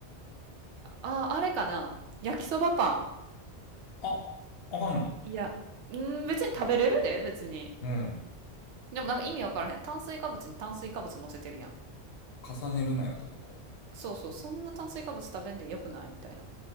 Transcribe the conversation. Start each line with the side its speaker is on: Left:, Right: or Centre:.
Right: あー、あれかな焼きそばパン。
Left: あ、ああかんの
Right: いや、うん、別に食べれるで、別に。
Left: うん。
Right: でもなんか意味わからへん。炭水化物に炭水化物乗せてるやん。
Left: 重ねるなよってこと
Right: そうそう、そんな炭水化物食べんでよくないみたいな。